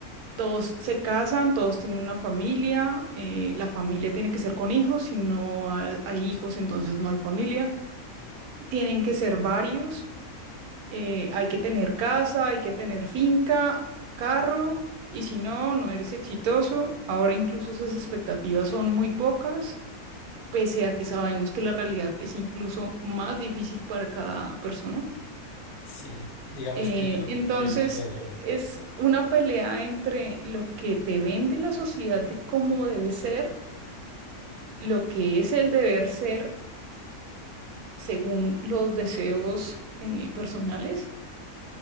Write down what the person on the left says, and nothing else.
Sí, digamos
que yo,
yo he visto eso.